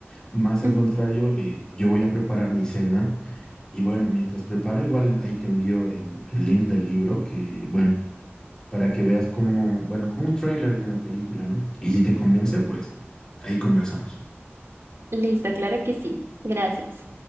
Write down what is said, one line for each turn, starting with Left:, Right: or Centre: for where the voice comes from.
Left: Más al
Right: <laughs>
Left: contrario, eh, yo voy a preparar mi cena y bueno, mientras preparo, igual ahí te envío el, el link del libro que, bueno, para que veas como, bueno, como un tráiler de una película, ¿no? Y si te convence, pues ahí conversamos.
Right: Listo, claro que sí. Gracias.